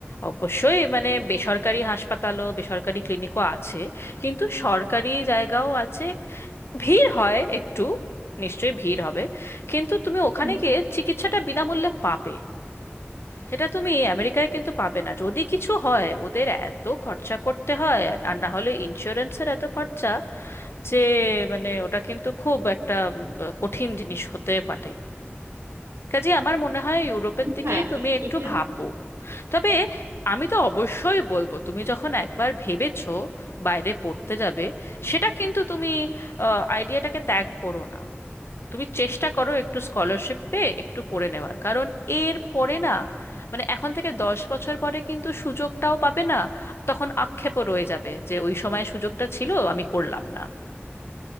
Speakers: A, on the left; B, on the right.
A: অবশ্যই মানে বেসরকারি হাসপাতালও বেসরকারি ক্লিনিকও আছে কিন্তু সরকারি জায়গাও আছে ভিড় হয় একটু নিশ্চয়ই ভিড় হবে কিন্তু তুমি ওখানে
B: হুম।
A: গিয়ে চিকিৎসাটা বিনামূল্যে পাবে সেটা তুমি আমেরিকায় কিন্তু পাবে না যদি কিছু হয় ওদের এত খরচা করতে হয় আর না হলে ইন্স্যুরেন্সের এত খরচা যে মানে ওটা কিন্তু খুব একটা উম, কঠিন জিনিস হতে পারে কাজে আমার মনে হয় ইউরোপের দিকেই
B: হ্যাঁ
A: তুমি
B: হ্যাঁ
A: একটু
B: এটা
A: ভাববো তবে আমি তো অবশ্যই বলবো তুমি যখন একবার ভেবেছো বাইরে পড়তে যাবে সেটা কিন্তু তুমি আইডিয়াটাকে ত্যাগ করো না তুমি চেষ্টা করো একটু স্কলারশিপ পেয়ে একটু পড়ে নেওয়ার কারণ এর পরে না মানে এখন থেকে দশ বছর পরে কিন্তু সুযোগটাও পাবে না তখন আক্ষেপও রয়ে যাবে যে ওই সময় সুযোগটা ছিল আমি করলাম না